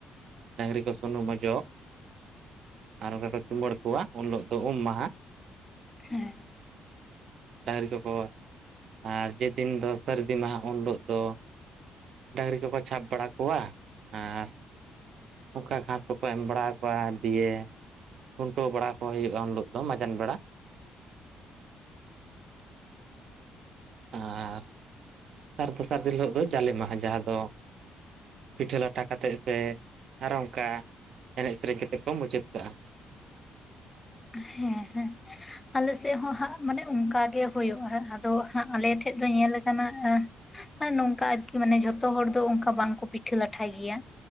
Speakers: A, on the right (about 65°); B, on the left (about 20°).
A: ᱰᱟᱝᱨᱤ ᱠᱚ ᱥᱩᱱᱩᱢ ᱚᱡᱚᱜ ᱟᱨ ᱚᱱᱠᱟ ᱠᱚ ᱪᱩᱢᱟᱹᱲ ᱠᱚᱣᱟ ᱩᱱ ᱦᱤᱞᱳᱜ ᱫᱚ ᱩᱢ ᱢᱟᱦᱟᱸ᱾
B: ᱦᱮᱸ,
A: ᱰᱟᱹᱟᱝᱨᱤ ᱠᱚᱠᱚ ᱟᱨ ᱡᱮᱫᱤᱱ ᱫᱚ ᱥᱟᱹᱨᱫᱤ ᱢᱟᱦᱟ ᱩᱱ ᱦᱤᱞᱳᱜ ᱫᱚ ᱰᱟᱹᱝᱨᱤ ᱠᱚᱠᱚ ᱪᱷᱟᱯ ᱵᱟᱲᱟ ᱠᱚᱣᱟ ᱟᱨ ᱚᱱᱠᱟ ᱜᱷᱟᱥ ᱠᱚᱠᱚ ᱮᱢ ᱵᱟᱲᱟ ᱠᱚᱣᱟ ᱫᱤᱭᱮ ᱠᱷᱩᱱᱴᱟᱹᱣ ᱵᱟᱲᱟ ᱠᱚ ᱦᱩᱭᱩᱜᱼᱟ ᱩᱱ ᱦᱤᱞᱳᱜ ᱫᱚ ᱢᱟᱡᱟᱱ ᱵᱮᱲᱟ᱾ ᱟᱨ ᱛᱟᱨ ᱫᱚᱥᱟᱨ ᱫᱤᱱ ᱦᱤᱞᱳᱜ ᱫᱚ ᱡᱟᱞᱮ ᱢᱟᱦᱟ, ᱡᱟᱦᱟᱸ ᱫᱚ ᱯᱤᱴᱷᱟᱹ ᱞᱟᱴᱷᱟ ᱠᱟᱛᱮᱫ ᱥᱮ ᱟᱨᱦᱚᱸ ᱚᱱᱠᱟ ᱮᱱᱮᱡ ᱥᱮᱨᱮᱧ ᱠᱟᱛᱮᱫ ᱠᱚ ᱢᱩᱪᱟᱹᱫ ᱠᱟᱜᱼᱟ᱾
B: ᱦᱮᱸ ᱦᱮᱸ, ᱟᱞᱮ ᱥᱮᱫ ᱦᱚᱸ ᱦᱟᱸᱜ ᱢᱟᱱᱮ ᱚᱱᱠᱟᱜᱮ ᱦᱩᱭᱩᱜᱼᱟ, ᱟᱫᱚ ᱟᱞᱮ ᱴᱷᱮᱱ ᱫᱚ ᱧᱮᱞ ᱠᱟᱱᱟ᱾ ᱟᱨ ᱱᱚᱝᱠᱟ ᱟᱨᱠᱤ ᱡᱷᱚᱛᱚ ᱦᱚᱲ ᱫᱚ ᱚᱱᱠᱟ ᱵᱟᱝᱠᱚ ᱯᱤᱴᱷᱟᱹ ᱞᱟᱴᱷᱟᱭ ᱜᱮᱭᱟ᱾